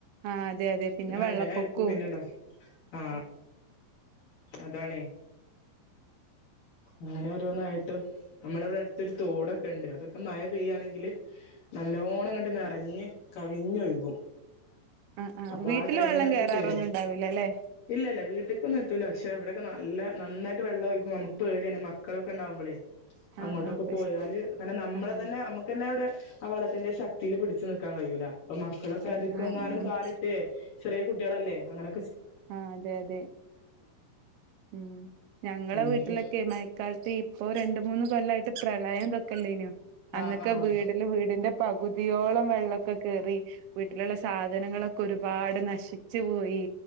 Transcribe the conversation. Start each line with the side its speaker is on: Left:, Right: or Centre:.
Right: ആഹ് അതെ അതെ പിന്നെ വെള്ളപ്പൊക്കവും
Left: അങ്ങനെയിരിക്കും പിന്നീണ്ട ആ അതാണെ അങ്ങനെ ഓരോന്നായിട്ടും നമ്മുടെ ഇവിടെ അടുത്തൊരു തോടൊക്കെ ഉണ്ട് അതൊക്കെ മയ പെയ്യയാണെങ്കിൽ നല്ലോണം അങ്ങോട്ട് നിറഞ്ഞ് കവിഞ്ഞൊഴുകും
Right: ആ ആ
Left: അപ്പൊ
Right: വീട്ടില്
Left: ടൈമിനൊക്കെ
Right: വെള്ളം കേറാറൊന്നും
Left: പേടിയാ
Right: ഉണ്ടാവില്ല ല്ലെ
Left: ഇല്ല ഇല്ല വീട്ടിക്കൊന്നും എത്തൂല പക്ഷെവിടെക്കെ നല്ല നന്നായിട്ട് വെള്ളം ഒഴുകും നമുക്ക് പേടിയാണ് മക്കളൊക്കെ ഉണ്ടാവുമ്പോള് അങ്ങോട്ടൊക്കെ
Right: ആഹ് ആഹ് പശ്
Left: പോയാല് കാരണം നമ്മളെ
Right: ആഹ്
Left: തന്നെ നമുക്ക് തന്നെവിടെ ആ വള ത്തിന്റെ ശക്തിയിൽ പിടിച്ച് നിൽക്കാൻ കഴിയൂല അപ്പൊ മക്കളൊക്കെ
Right: ആഹ്
Left: അതക്കെ
Right: ആഹ്
Left: എങ്ങാനും
Right: ആഹ്
Left: കാലിട്ടേ ചെറിയ കുട്ടികളല്ലേ അങ്ങനെ
Right: ആ അതെ അതെ മ് ഞങ്ങളെ
Left: അങ്ങനത്തെ
Right: വീട്ടിലൊക്കെ മഴകാലത്തെ ഇപ്പൊ രണ്ടുമൂന്നു കൊല്ലായിട്ട് പ്രളയം ദക്കല്ലയ്നോ അന്നൊക്കെ
Left: ആഹ് ആഹ്
Right: വീടില് വീടിന്റെ പകുതിയോളം വെള്ളക്കൊ കേറി വീട്ടിലുള്ള സാധനങ്ങളൊക്കെ ഒരുപാട് നശിച്ചു പോയി